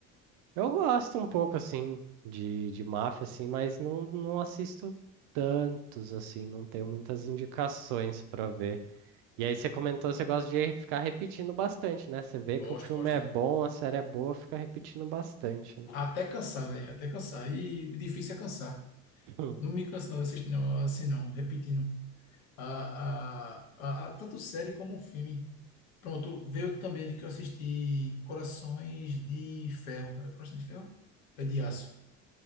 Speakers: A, on the right; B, on the left.
A: Eu gosto um pouco, assim, de, de máfia, assim, mas não, não assisto tantos, assim, não tenho muitas indicações pra ver. E aí você comentou, você gosta de ficar repetindo bastante, né? Você vê
B: Gosto,
A: que o filme
B: gosto.
A: é bom, a série é boa, fica repetindo bastante, né?
B: Até cansar, velho, até cansar. E difícil é cansar.
A: <laughs>
B: Não me canso não de assistir, não, assim não, repetindo. a, a, a, tanto série como filme. Pronto, veio também, vi que eu assisti Corações de Ferro. É Corações de Ferro? É de aço,